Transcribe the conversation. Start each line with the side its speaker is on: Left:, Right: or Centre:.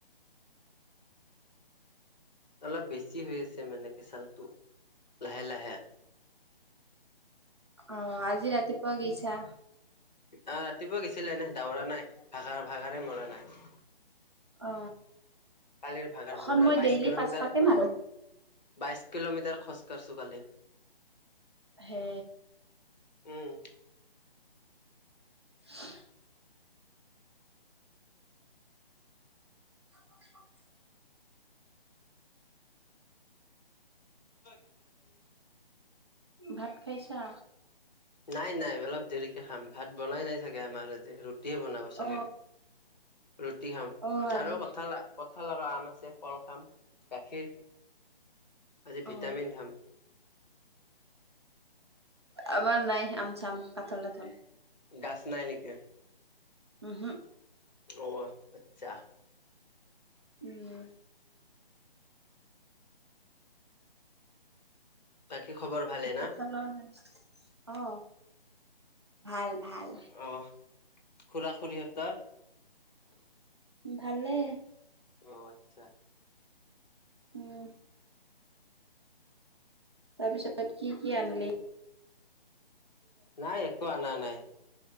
Left: অলপ বেছি হৈ আছে মানে কেচালটো লাহে লাহে।
Right: অ আজি ৰাতি পুৱা গৈছা
Left: অ, ৰাতিপুৱা গেছিলো এনে দাউৰা নাই ভাগাৰ ভাগাৰে মৰা নাই।
Right: অ
Left: কালিৰ ভাগাৰ
Right: অখন
Left: বুলাৰ
Right: মই
Left: বাইশ
Right: ডেইলি
Left: কিলোমিটাৰ
Right: পাঁচশকে মাৰো
Left: বাইশ কিলোমিটাৰ খজ কাৰচো। তো কালি
Right: হে
Left: উম।
Right: <unintelligible> <unintelligible>
Left: <unintelligible>
Right: ভাত খাইছা?
Left: নাই নাই অলপ দেৰিকে খাম ভাত বনাই নাই চাগে আমাৰ আজি ৰুত ৰুটি বনাব চাগে,
Right: অ
Left: ৰুটি খাম
Right: অ আজি
Left: আৰু কঠাল কঁঠাল আৰু আম আছে কল খাম গাখীৰ, আজি ভিটামিন
Right: অ
Left: খাম।
Right: আমাৰ নাই আম চাম কঠাল তাঠাল।
Left: দাছ নাই নেকি?
Right: উম হুম।
Left: অ', আচ্ছা।
Right: উম।
Left: কি খবৰ ভালে না।
Right: কাঠলৰ গছ অ, ভাল ভাল।
Left: অ খুৰা খুৰীহঁতৰ
Right: ভালে।
Left: অ আচ্ছা
Right: উম তাৰপিছত কি কি আনলি।
Left: নাই একো আনা নাই।